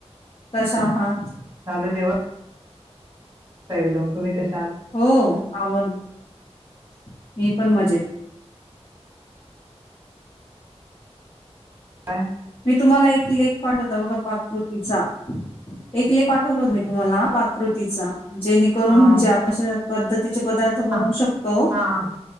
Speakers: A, on the left; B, on the right.
A: कश्या आहात?
B: झालं जेवण? एकदम तुम्ही कशा आहात?
A: हो आव.. <unintelligible> मी पण मजेत
B: काय
A: मी तुम्हाला एक लेख पाटवते. बघा प्रकृतीचा एक लेख पाठवलाय मी तुम्हाला प्राकृतीचा.. जेणेकरून
B: हा
A: म्हणजे अशा पद्धती तेचे पदार्थ बनवू
B: हा
A: शकतो...
B: हा हा